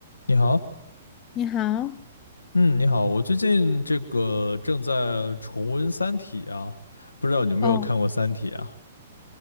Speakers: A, on the left; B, on the left.
A: 你好，
B: 你好，
A: 嗯，你好，我最近这个正在重温《三体》啊，不知道你有没有看过《三体》啊？
B: 哦